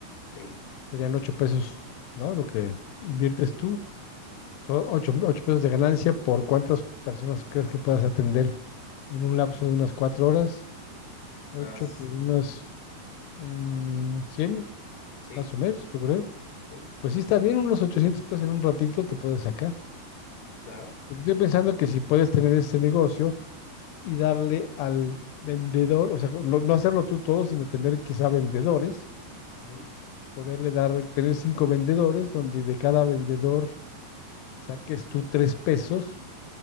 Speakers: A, on the left (about 45°); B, on the left (about 85°).
A: Sí,
B: Serían ocho pesos, ¿no? Lo que inviertes tú. Son ocho, ocho pesos de ganancia por cuántas personas crees que puedas atender en un lapso de unas cuatro horas. Ocho
A: Unas,
B: por unas mm, cien,
A: sí,
B: más o menos, yo creo.
A: sí,
B: Pues sí está bien, unos 800 pesos en un ratito te puedes sacar.
A: claro.
B: Porque estoy pensando que si puedes tener ese negocio y darle al vendedor, o sea, no, no hacerlo tú todo, sino tener quizá vendedores,
A: Ujú,
B: poderle dar, tener cinco vendedores, donde de cada vendedor saques tú tres pesos,